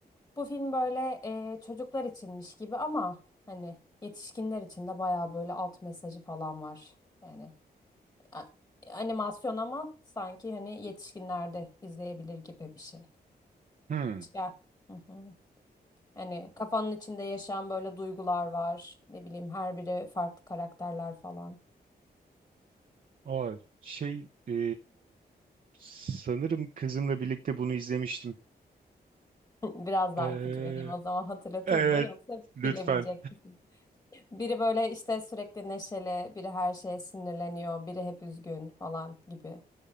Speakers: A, on the left; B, on the right.
A: Bu film böyle e, çocuklar içinmiş gibi ama hani yetişkinler için de bayağı böyle alt mesajı falan var. Yani a- animasyon ama sanki hani yetişkinler de izleyebilir gibi bir şey.
B: Hmm.
A: Ya. Hı hı. Hani kafanın içinde yaşayan böyle duygular var. Ne bileyim her biri farklı karakterler falan.
B: Aa, şey e, sanırım kızımla birlikte bunu izlemiştim.
A: <laughs> Biraz daha
B: Ee,
A: ipucu vereyim o zaman hatırlatayım
B: evet
A: mı yoksa
B: lütfen.
A: bilebilecek misin? Biri böyle işte sürekli neşeli, biri her şeye sinirleniyor, biri hep üzgün falan gibi